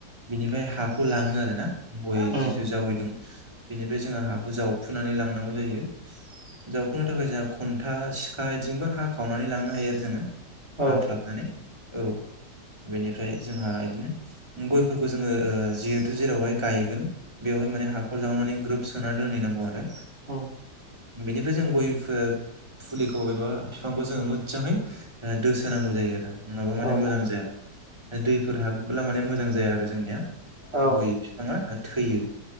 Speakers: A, on the right; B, on the right.
A: बिनिफ्राय हाखौ लाङो आरो ना गय
B: उम
A: जिथु जावैदों बेनिफ्राय जोङो हाखौ जावफुनानै लांनांगौ जायो जावखुंनो थाखाय जोंहा खन्था सिखा बिदिजोंबो हाखावनानै लांनो हायो आरो जोङो
B: औ
A: हाख्लाबनानै औ बेनिफ्राय जोंहा बिदिनो गयफोरखौ जोङो जिहेथु जेरावहाय गायगोन बेवहाय माने हाखर जावनानै ग्रोब सोना दोनहैनांगौ आरो
B: औ
A: बेनिफ्राय जों गयफोर फुलिखौ एबा बिफांखौ जोङो मोजाङै दोसोनांगौ जायो आरो नङाबा माने
B: औ
A: मोजां जाया दैफोर हाबोब्ला माने मोजां जाया आरो जोंनिया
B: औ
A: गय बिफाङा थैयो